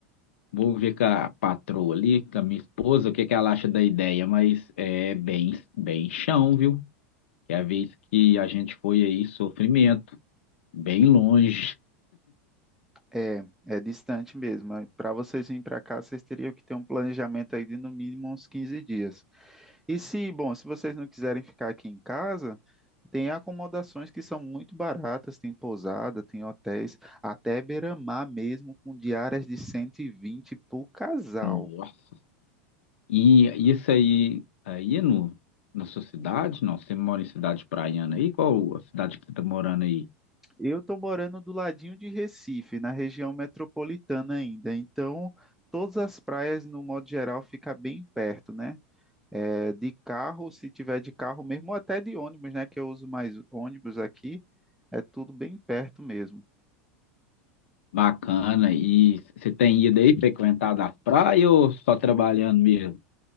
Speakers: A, on the left; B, in the centre.
A: vou ver com a patroa ali, com a minha esposa, o que que ela acha da ideia, mas é bem, bem chão, viu? Que é a vez que a gente foi aí, sofrimento, bem longe.
B: É, é distante mesmo. Para vocês virem para cá, vocês teriam que ter um planejamento aí de no mínimo uns 15 dias. E se, bom, se vocês não quiserem ficar aqui em casa, tem acomodações que são muito baratas, tem pousada, tem hotéis, até beira-mar mesmo, com diárias de 120 por casal.
A: Nossa. E isso aí, aí no, na sua cidade? Não, você mora em cidade praiana aí? Qual a cidade que você tá morando aí?
B: Eu estou morando do ladinho de Recife, na região metropolitana ainda, então todas as praias, no modo geral, fica bem perto, né? É, de carro, se tiver de carro mesmo, ou até de ônibus, né? Que eu uso mais ônibus aqui, é tudo bem perto mesmo.
A: Bacana. E você tem ido aí frequentado a praia ou só trabalhando mesmo?